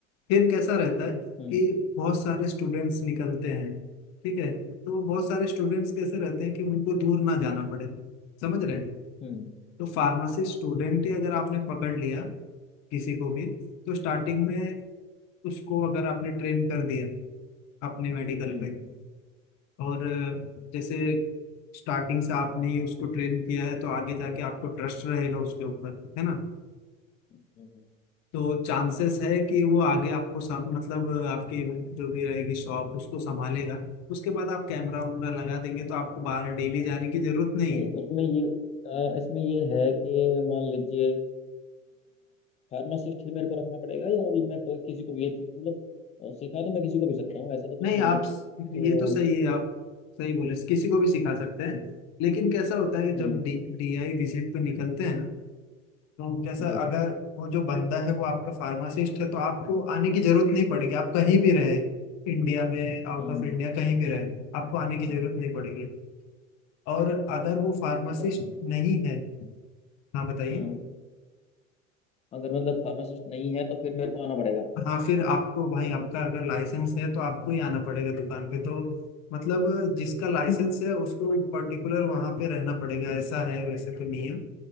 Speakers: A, on the left; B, on the left.
A: फिर कैसा रहता है
B: हम्म
A: कि बहुत सारे स्टूडेंट्स निकलते हैं ठीक है तो बहुत सारे स्टूडेंट्स कैसे रहते हैं कि उनको दूर ना जाना पड़े समझ रहे हैं
B: हम्म
A: तो फार्मेसी स्टूडेंट ही अगर आपने पकड़ लिया किसी को भी तो स्टार्टिंग में उसको अगर आपने ट्रेन कर दिया अपने मेडिकल
B: हम्म हम्म।
A: पे और अ, जैसे स्टार्टिंग से आपने उसको ट्रेन किया है तो आगे जाके आपको ट्रस्ट रहेगा उसके ऊपर है ना
B: हम्म।
A: तो चांसेस है कि वो आगे आपको सम, मतलब आपकी जो भी रहेगी शॉप उसको संभालेगा उसके बाद आप कैमरा वैमरा लगा देंगे तो आपको बाहर डेली जाने की जरूरत नहीं
B: नहीं
A: है
B: उसमें ये अ, इसमें ये है कि मान लीजिए फार्मासिस्ट ही मेरे को रखना पड़ेगा या अभी मैं कोई किसी को भी मतलब अ, सिखा तो मैं किसी को भी सकता हूँ ऐसा तो कुछ
A: नहीं
B: नहीं
A: आप
B: है तो
A: ये तो सही है आप सही बोले किसी को भी सिखा सकते हैं लेकिन कैसा होता है जब
B: हम्म
A: डी डी आई विजिट पे निकलते हैं ना तो कैसा
B: जी
A: अगर वो जो बंदा है वो आपका फार्मासिस्ट है तो आपको आने की जरूरत नहीं पड़ेगी आप कहीं भी रहे इंडिया में आउट
B: हम्म
A: ऑफ
B: हम्म।
A: इंडिया कहीं भी रहे आपको आने की जरूरत नहीं पड़ेगी और अगर वो फार्मासिस्ट
B: अच्छा,
A: नहीं है हाँ बताइए
B: हम्म अगर मतलब फार्मासिस्ट नहीं है तो फिर मेरे को आना पड़ेगा
A: हाँ फिर आपको भाई आपका अगर लाइसेंस है तो आपको ही आना पड़ेगा दुकान पे तो मतलब जिसका लाइसेंस है उसको पर्टिकुलर वहाँ पे रहना पड़ेगा ऐसा है वैसे तो नियम